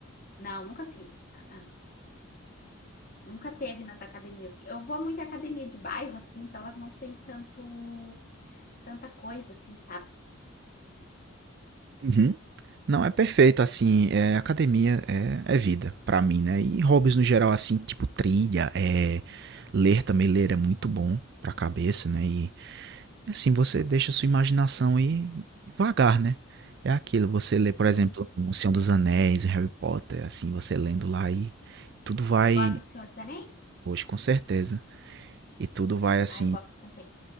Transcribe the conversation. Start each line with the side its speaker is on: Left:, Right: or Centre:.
Left: Não, nunca fiz. Ah, ah. Nunca teve nas academias. Eu vou muito à academia de bairro, assim, então elas não têm tanto, tanta coisa, assim, sabe?
Right: Uhum. Não, é perfeito, assim, é, academia é, é vida pra mim, né? E hobbies no geral, assim, tipo trilha, é, ler também, ler é muito bom pra cabeça, né? E assim, você deixa sua imaginação aí vagar, né? É aquilo, você lê, por
Left: Sim.
Right: exemplo,
Left: sim.
Right: O Senhor dos Anéis, Harry Potter, assim, você lendo lá e tudo vai,
Left: Tu gosta de Senhor dos Anéis?
Right: hoje com certeza, e tudo vai, assim,
Left: Ah, eu gosto também.